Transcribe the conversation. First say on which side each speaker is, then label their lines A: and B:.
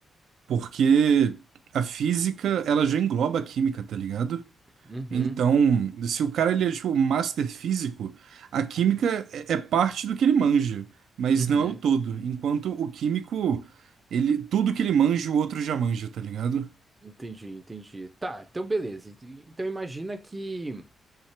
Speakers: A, on the right; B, on the right.
A: Porque a física, ela já engloba a química, tá ligado?
B: Uhum,
A: Então, se o cara, ele é, tipo, master físico, a química é é parte do que ele manja, mas
B: uhum.
A: não é o todo. Enquanto o químico, ele, tudo que ele manja, o outro já manja, tá ligado?
B: Entendi, entendi. Tá, então beleza. Então imagina que